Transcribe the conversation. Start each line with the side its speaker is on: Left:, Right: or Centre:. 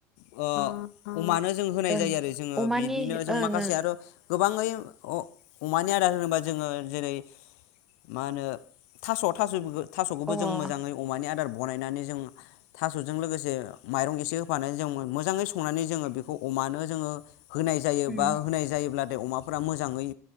Left: ओ अमानो जों होनाय
Centre: ओं
Left: जायो आरो जोङो
Centre: अमानि
Left: बिदिनो जों
Centre: ओं
Left: माखासे आरो गोबाङै अ अमानि आदार होनोबा जोङो जेरै मा होनो थास' थास' थास'खौबो
Centre: ओं अ
Left: जों मोजाङै अमानि आदार बनायनानै जों थास'जों लोगोसे माइरं एसे <unintelligible> जों मोजाङै संनानै जोङो बेखौ अमानो जोङो होनाय जायो
Centre: उम
Left: बा होनाय जायोब्ला नाथाय अमाफोरा मोजाङै